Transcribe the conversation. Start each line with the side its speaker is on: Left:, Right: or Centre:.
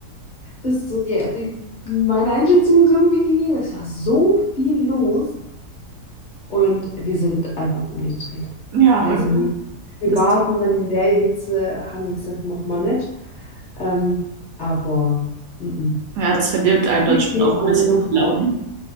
Left: Das ist so die, die meine Einschätzung ist irgendwie gewesen. Es war so viel los und wir sind einfach umgedreht.
Right: Ja,
Left: Also
Right: oder?
Left: nicht. Wir
Right: Das,
Left: warten dann in der Hitze, haben wir gesagt, mach mal nicht. Ähm, aber mm, mm.
Right: ja, das verdirbt einem
Left: Wir
Right: dann schon auch ein
Left: haben
Right: bisschen
Left: nochmal.
Right: die Laune.